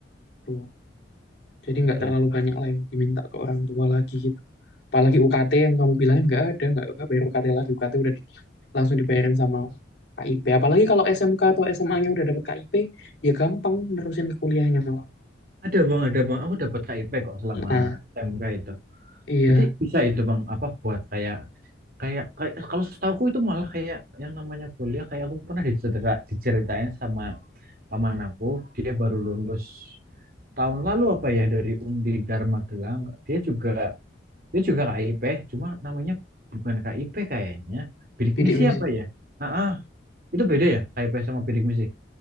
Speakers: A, on the left; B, on the right.
A: tuh. Jadi nggak
B: Boleh
A: terlalu
B: Bang.
A: banyak lain diminta ke orang tua lagi gitu. Apalagi UKT yang kamu bilangin nggak ada, nggak nggak bayar UKT lagi. UKT udah di- langsung dibayarin sama KIP. Apalagi kalau SMK atau SMA-nya udah dapet KIP, ya gampang nerusin ke kuliahnya malah.
B: Ada bang, ada bang. Aku dapat KIP kok selama
A: Nah,
B: SMK itu.
A: iya,
B: Berarti bisa itu bang, apa buat kayak kayak kayak kalau setahuku itu malah kayak yang namanya kuliah kayak aku pernah dicerita, diceritain sama paman aku dia baru lulus tahun lalu apa ya dari Undi Dharma dia juga dia juga KIP cuma namanya bukan KIP kayaknya bidik
A: bidik
B: misi
A: misi.
B: apa ya ah ah. itu beda ya KIP sama bidik misi